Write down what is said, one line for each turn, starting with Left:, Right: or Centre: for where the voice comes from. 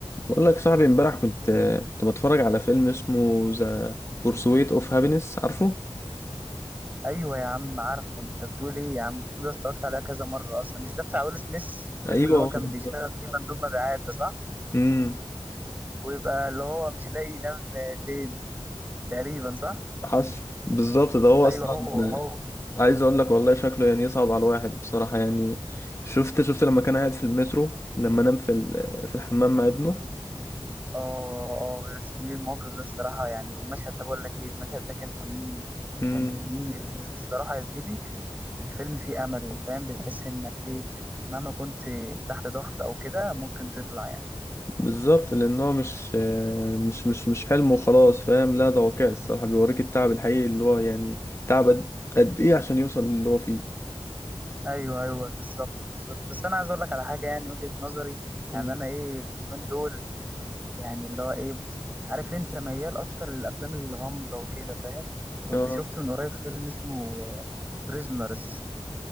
Left: بقول لك صاحبي امبارح كنت كنت بتفرج على فيلم اسمه ذا بورسويت اوف هابينس عارفه
Right: ايوه يا عم عارفه انت بتقول ايه يا عم الفيلم ده اتفرجت عليه كذا مره اصلا مش ده بتاع ويل سميث الفيلم
Left: ايوه
Right: اللي هو
Left: هو
Right: كان
Left: بالظبط
Right: بيشتغل فيه مندوب مبيعات ده صح
Left: امم
Right: ويبقى اللي هو مش لاقي ينام فين تقريبا صح
Left: حصل بالظبط ده هو
Right: ايوه
Left: اصلا
Right: هو هو
Left: عايز اقول لك والله شكله يعني يصعب على الواحد بصراحه يعني شفت شفت لما كان قاعد في المترو لما نام في ال- في الحمام مع ابنه
Right: اه اه يا زميلي الموقف ده الصراحه يعني المشهد ده بقول لك ايه المشهد ده كان تقيل
Left: امم
Right: كان تقيل بس الصراحه يا زميلي الفيلم فيه امل فاهم بتحس انك ايه مهما كنت تحت ضغط او كده ممكن تطلع يعني
Left: بالظبط لان هو مش مش مش مش حلم وخلاص فاهم لا ده واقع الصراحه بيوريك التعب الحقيقي اللي هو يعني تعب قد قد ايه عشان يوصل للي هو فيه
Right: ايوه ايوه بالظبط بالظبط بس انا عايز اقول لك على حاجه يعني وجهه نظري يعني
Left: امم
Right: انا ايه اليومين دول يعني اللي هو ايه عارف انت ميال اكتر للافلام الغامضه وكده فاهم كنت
Left: اه
Right: شفت من قريب فيلم اسمه بريزنرز